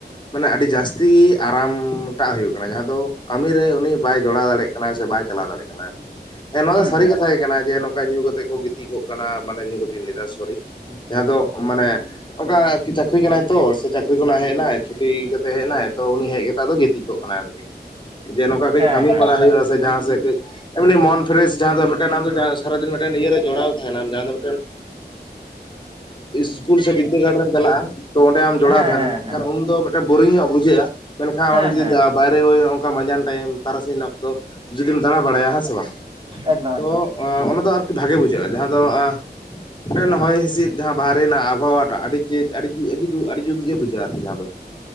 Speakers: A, on the left; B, on the right.
A: ᱢᱟᱱᱮ ᱟᱹᱰᱤ ᱡᱟᱹᱟᱥᱛᱤ ᱟᱨᱟᱢ ᱴᱟᱜ ᱦᱩᱭᱩᱜ ᱠᱟᱱᱟ ᱡᱟᱦᱟᱸ ᱫᱚ ᱠᱟᱹᱢᱤ ᱨᱮ ᱩᱱᱤ ᱵᱟᱭ ᱡᱚᱲᱟᱣ ᱫᱟᱲᱮᱜ ᱠᱟᱱᱟᱭ ᱥᱮ ᱵᱟᱭ ᱪᱟᱞᱟᱣ ᱫᱟᱲᱮᱜ ᱠᱟᱱᱟ ᱟᱨᱠᱤ, ᱦᱮᱸ ᱱᱚᱣᱟ
B: ᱦᱩᱸ
A: ᱫᱚ ᱥᱟᱹᱨᱤ
B: ᱦᱩᱸ
A: ᱠᱟᱛᱷᱟ ᱠᱟᱱᱟ ᱡᱮ ᱱᱚᱝᱠᱟ ᱧᱩ ᱠᱟᱛᱮᱜ ᱠᱚ ᱜᱤᱛᱤᱡ ᱠᱚᱜ ᱠᱟᱱᱟ ᱢᱟᱱᱮ ᱧᱩᱸ ᱠᱟᱛᱮᱜ ᱤᱧ ᱞᱟᱹᱭ ᱫᱟ ᱥᱚᱨᱤ ᱡᱟᱦᱟᱸ ᱫᱚ ᱢᱟᱱᱮ ᱚᱱᱠᱟ ᱪᱟᱠᱨᱤ ᱠᱟᱱᱟᱭ ᱛᱚ ᱥᱮ ᱪᱟᱠᱨᱤ ᱠᱷᱚᱱᱟᱜ ᱦᱮᱡ ᱮᱱᱟᱭ ᱪᱷᱩᱴᱤ ᱠᱟᱛᱮ ᱦᱮᱡ ᱮᱱᱟᱭ ᱛᱚ ᱩᱱᱤ ᱦᱮᱡ ᱠᱟᱛᱮᱜ ᱟᱫᱚ ᱜᱤᱛᱤᱡ ᱠᱚᱜ ᱠᱟᱱᱟᱭ ᱟᱨᱠᱤ᱾ ᱡᱮ ᱱᱚᱝᱠᱟ ᱠᱟᱹᱡ
B: ᱦᱮᱸ
A: ᱠᱟᱹᱢᱤ
B: ᱦᱮᱸ
A: ᱵᱟᱲᱟᱭ ᱦᱩᱭᱩᱜᱼᱟ ᱡᱟᱦᱟᱸ ᱥᱮᱫ ᱠᱟᱹᱡ, ᱮᱢᱱᱤ ᱢᱚᱱ ᱯᱷᱮᱨᱮᱥ ᱡᱟᱦᱟᱸ ᱫᱚ ᱢᱮᱫᱴᱮᱱ ᱟᱢᱫᱚ ᱡᱟᱦᱟᱸ ᱥᱟᱨᱟ ᱫᱤᱱ ᱢᱮᱫᱴᱮᱱ ᱤᱭᱟᱹ ᱨᱮ ᱡᱚᱲᱟᱣ ᱛᱟᱦᱮᱸᱱᱟᱢ ᱡᱟᱦᱟᱸ ᱫᱚ ᱢᱤᱫᱴᱮᱱ ᱮᱻ ᱤᱥᱠᱩᱞ ᱥᱮ ᱵᱤᱫᱽᱫᱟᱹᱜᱟᱲ ᱨᱮᱢ ᱪᱟᱞᱟᱜᱼᱟ ᱛᱚ ᱚᱸᱰᱮ ᱟᱢ ᱡᱚᱲᱟᱣ
B: ᱦᱮᱸ
A: ᱛᱟᱦᱮᱸᱱᱟᱢ
B: ᱦᱮᱸ ᱦᱮᱸ
A: ᱢᱮᱱᱠᱷᱟᱱ ᱩᱱ ᱫᱚ ᱢᱤᱫᱴᱟᱝ ᱵᱳᱨᱤᱝ ᱧᱚᱜ ᱵᱩᱡᱷᱟᱹᱜᱼᱟ ᱢᱮᱱᱠᱷᱟᱱ
B: ᱦᱮᱸ
A: ᱟᱢ ᱡᱩᱫᱤ
B: ᱦᱮᱸ ᱦᱮᱸ
A: ᱡᱟ ᱵᱟᱭ ᱨᱣ ᱚᱱᱠᱟ ᱢᱟᱸᱡᱟᱱ ᱴᱟᱭᱤᱢ ᱛᱟᱨᱟᱥᱤᱧ ᱚᱠᱛᱚ ᱡᱩᱫᱤᱢ ᱫᱟᱸᱬᱟ ᱵᱟᱲᱟᱭᱟ, ᱦᱮᱸ ᱥᱮ ᱵᱟᱝ?
B: ᱮᱠᱫᱚᱢ
A: ᱛᱚ
B: ᱮᱠᱫᱚᱢ
A: ᱚᱭ ᱚᱱᱟᱫᱚ ᱟᱨᱠᱤ ᱵᱷᱟᱜᱮ ᱵᱩᱡᱷᱟᱹᱜᱼᱟ ᱡᱟᱦᱟᱸ ᱫᱚ ᱟ ᱴᱮᱱ ᱦᱚᱭ ᱦᱤᱸᱥᱤᱫ ᱡᱟᱦᱟᱸ ᱵᱟᱦᱨᱮ ᱨᱮᱱᱟᱜ ᱟᱵᱚᱦᱟᱣᱟ ᱴᱟᱜ ᱟᱹᱰᱤ ᱪᱮᱡ ᱟᱹᱰᱤ ᱡᱩ ᱟᱹᱰᱤ ᱡᱩ ᱟᱹᱰᱤ ᱡᱩᱛ ᱜᱮ ᱵᱩᱡᱷᱟᱹᱜᱼᱟ ᱟᱨᱠᱤ ᱡᱟᱦᱟᱸ ᱫᱚ᱾